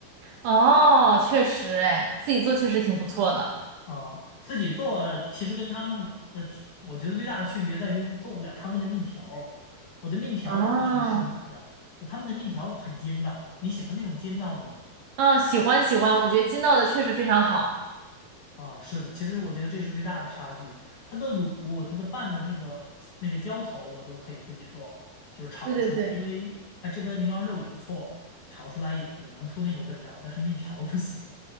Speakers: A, on the right (about 80°); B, on the left (about 60°).
A: 哦，确实，哎，自己做确实挺不错的。
B: 啊，自己做其实跟他们买的，我觉得最大的区别在于做不了他们的面条儿我的面条儿都是超市买的，
A: 哦，
B: 就他们的面条很筋道。你喜欢那种筋道的吗？
A: 嗯，喜欢喜欢，我觉得金道的确实非常好。
B: 啊，是的，其实我觉得这是最大的差距。它的卤，它的拌的那个那个浇头，我都可以自己做，就是炒出来。
A: 对对对，
B: 因为啊，这边牛羊肉也不错，炒出来也也能出那个味道，但是面条儿不行。